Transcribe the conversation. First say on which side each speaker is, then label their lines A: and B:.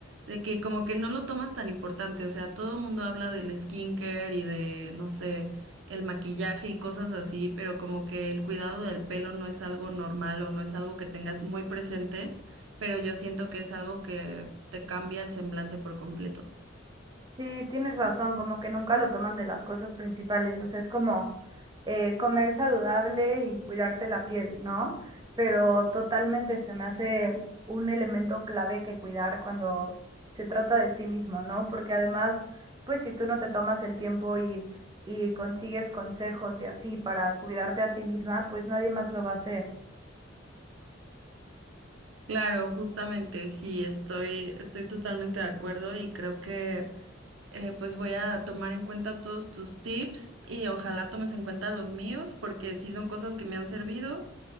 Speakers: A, on the right (about 85°); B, on the right (about 20°).
A: de que como que no lo tomas tan importante, o sea, todo el mundo habla del skincare y de, no sé, el maquillaje y cosas así, pero como que el cuidado del pelo no es algo normal o no es algo que tengas muy presente, pero yo siento que es algo que te cambia el semblante por completo.
B: Sí, tienes razón, como que nunca lo toman de las cosas principales, o sea, es como eh, comer saludable y cuidarte la piel, ¿no? Pero totalmente se me hace un elemento clave que cuidar cuando se trata de ti mismo, ¿no? Porque además, pues si tú no te tomas el tiempo y, y consigues consejos y así para cuidarte a ti misma, pues nadie más lo va a hacer.
A: Claro, justamente, sí, estoy, estoy totalmente de acuerdo y creo que eh, pues voy a tomar en cuenta todos tus tips y ojalá tomes en cuenta los míos porque sí son cosas que me han servido